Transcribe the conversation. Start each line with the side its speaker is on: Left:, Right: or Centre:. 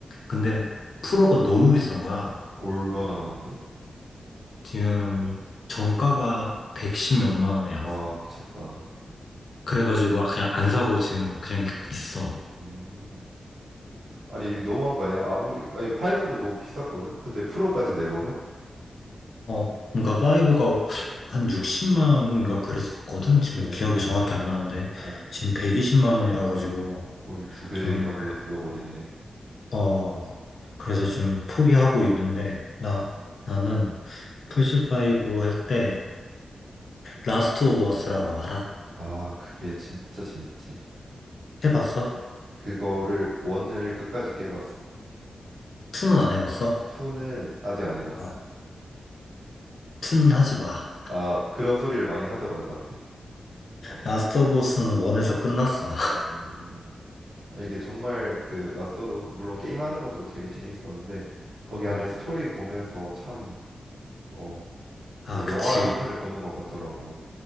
Left: 근데 프로가 너무 비싼 거야.
Right: 얼마나 하는데?
Left: 지금 정가가 110 몇만 원이야.
Right: 와, 미쳤다.
Left: 그래가지고 그냥 안 사고 지금 그냥 있어.
Right: 음. 아니, 이게 너무한 거 아니야? 아무리, 아니, 5도 너무 비쌌거든? 근데 프로까지 내버려?
Left: 어, 그러니까 5가 한 60만 원인가 그랬었거든. 지금
Right: 어,
Left: 기억이 정확히 안 나는데
Right: 어,
Left: 지금 120만 원이라 가지고
Right: 거의 두 배의
Left: 좀
Right: 가격을 불러버리네.
Left: 어, 그래서 지금 포기하고 있는데 나 나는 플스 5 할 때 라스트 오브 어스라고 알아?
Right: 아, 그게 진짜 재밌지.
Left: 해봤어?
Right: 그거를, 원을 끝까지 깨봤어.
Left: 2는 안 해봤어?
Right: 투는 아직 안 해봤어.
Left: 아, 2는 하지 마.
Right: 아, 그런 소리를 많이 하더라고, 다들. 어,
Left: 라스트 오브 어스는 1에서 끝났어. <laughs>
Right: 음. 아, 이게 정말 그, 라스트 오브 어스, 물론 게임하는 것도 되게 재밌었는데, 거기
Left: 어,
Right: 안에 스토리 보면서 참, 어,
Left: 아,
Right: 뭐
Left: 그치.
Right: 영화 한 편을 보는 것 같더라고.